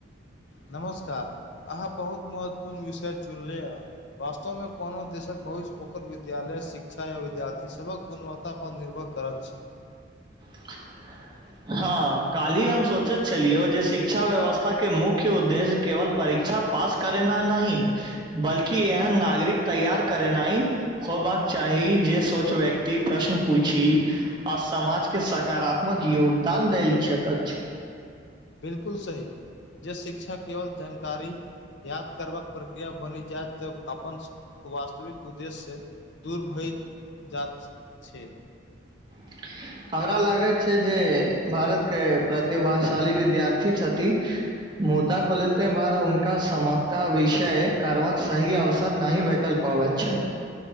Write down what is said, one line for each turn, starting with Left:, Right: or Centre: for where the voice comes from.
Left: नमस्कार अहाँ बहुत महत्वपूर्ण विषय चुनलियै हँ वास्तव मे कोनो देशक भविष्य ओकर विद्यालय शिक्षा या विद्यार्थी सभक गुणवत्तापर निर्भर करत छै
Right: <inaudible> हँ काल्हि हम सोचैत छलियै जे शिक्षा व्यवस्था के मुख्य उद्देश्य केवल परीक्षा पास करेना नहि बल्कि एहन नागरिक तैयार करेना ही होबाक चाही जे सोच व्यक्ति प्रश्न पूछि आ समाज के के सकारात्मक योगदान देल छैक अछि
Left: बिलकुल सही जे शिक्षा केवल जानकारी याद करबाक प्रक्रिया बनि जाय तऽ अपन वास्तविक उद्देश्य से दूर भएत्त जात छै
Right: <inaudible> हमरा लागैत छै जे भारत के प्रतिभाशाली विद्यार्थी छथि मुद्दा खोले बाद उनका समगता विषय कारबाक सही अवसर नहि भैटल पाबै छै